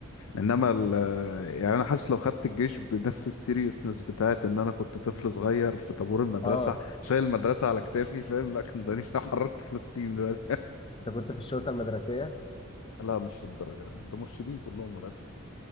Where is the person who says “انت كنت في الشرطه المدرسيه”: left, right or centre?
Left